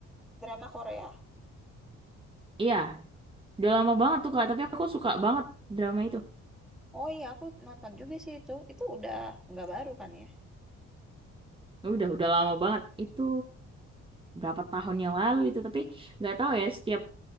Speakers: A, in the centre; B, on the right.
A: drama Korea.
B: iya, udah lama banget tuh Kak, tapi aku suka banget drama itu.
A: Oh iya, aku nonton juga sih itu. Itu udah nggak baru kan ya?
B: Udah, udah lama banget. Itu berapa tahun yang lalu itu, tapi nggak tahu ya, setiap